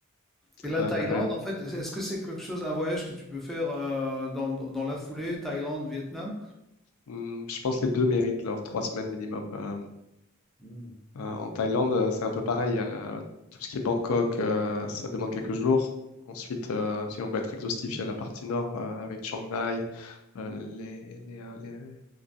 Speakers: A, in the centre; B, on the left.
A: Et la
B: Euh,
A: Thaïlande,
B: la période,
A: en fait, est-ce que c'est quelque chose, un voyage que tu peux faire euh, dans, dans- dans la foulée, Thaïlande, Vietnam?
B: Hmm, je pense que les deux méritent leurs trois semaines minimum. euh,
A: Mm,
B: Euh, en Thaïlande, euh, c'est un peu pareil. Il y a la- tout ce qui est Bangkok, euh, ça demande quelques jours. Ensuite, euh, si on veut être exhaustif, il y a la partie nord euh, avec Chiang Mai, euh, les- les- euh, les-